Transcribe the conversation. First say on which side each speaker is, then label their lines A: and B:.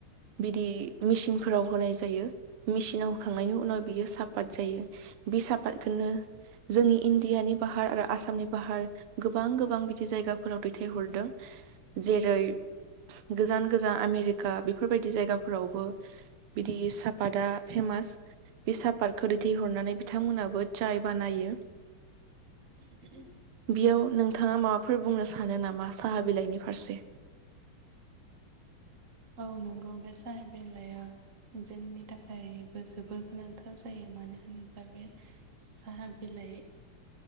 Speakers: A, on the right; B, on the right.
A: बिदि मेसिनफोराव होनाय जायो मेसिनाव होखांनायनि उनाव बियो साफात जायो। बि साफातखौनो जोंनि इण्डियानि फाहार आरो आसामनि फाहार गोबां गोबां बिदि जायगाफोराव दैथायहरदों। जेरै गोजान गोजान आमेरिका बेफोरबायदि जायगाफोरावबो बिदि सापातआ फेमास बे सापातखौ दैथायहरनानै बिथांमोनाबो चाय बानायो
B: <inaudible>
A: बेयाव नोंथाङा माबाफोर बुंनो सानो नामा साहा बिलाइनि फारसे।
B: औ नोंगौ बे साहाय बिलाया जोंनि थाखायबो जोबोर गोनांथार जायो मानो होनोब्ला बे साहा बिलाइ